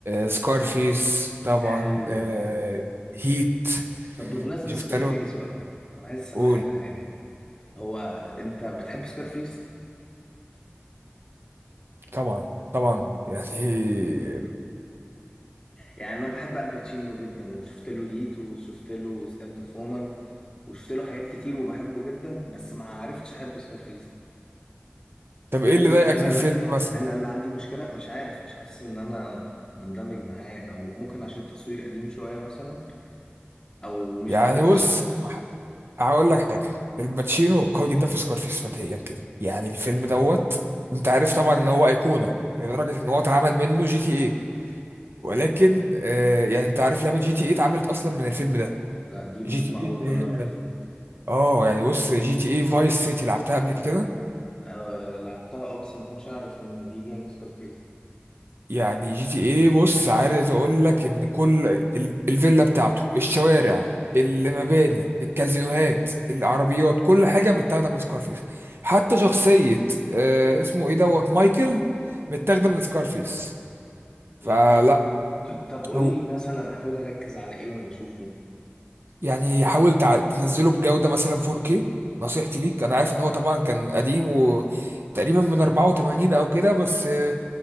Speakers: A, on the right; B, on the left.
A: سكارفيس طبعا
B: حلو
A: آه،
B: حلو
A: هيت
B: طب بمناسبه
A: شفت
B: سكارفيس
A: له
B: بقى انا عايز اسالك
A: قول
B: على حاجه هو انت بتحب سكارفيس
A: طبعا طبعا يعني <laughs>
B: يعني انا بحب الباتشينو جدا وشفت له هيت وشفت له سكانت فومان وشفت له حاجات كتير وبحبه جدا بس ما عرفتش احب سكارفيس
A: طب إيه
B: هل
A: اللي ضايقك
B: انا
A: من
B: لا
A: الفيلم مثلا
B: انا اللي عندي مشكله مش عارف مش حاسس ان انا مندمج معاه او ممكن عشان التصوير قديم شويه مثلا او مش
A: يعني
B: ده البس
A: بص هقول لك حاجة الباتشينو قوي جدا في سكارفيس مبدئيا كده يعني الفيلم دوت أنت عارف طبعا إن هو أيقونة لدرجة إن هو اتعمل منه جي تي ايه. ولكن آه يعني انت عارف لعبه جي تي اي اتعملت اصلا من الفيلم ده
B: لا دي معلومه
A: جي تي
B: اول
A: اي اللي
B: مره
A: هي
B: اعرفها
A: اه يعني بص جي تي اي فايس سيتي لعبتها قبل كده
B: أه لعبتها اه بس ما كنتش اعرف ان دي جيم سكارفيس
A: يعني جي تي اي بص عايز اقول لك ان كل ال- الفيلا بتاعته الشوارع المباني الكازينوهات العربيات كل حاجه متاخده من سكارفيس حتى شخصيه آه اسمه ايه دوت مايكل متاخده من سكارفيس فلا
B: لا مو- طب قول
A: هو
B: لي مثلا احاول اركز على ايه وانا بشوفه
A: يعني حاول تع- تنزله بجودة مثلا 4K نصيحتي ليك انا عارف ان هو طبعا كان قديم وتقريبا من 84 او كده بس آه،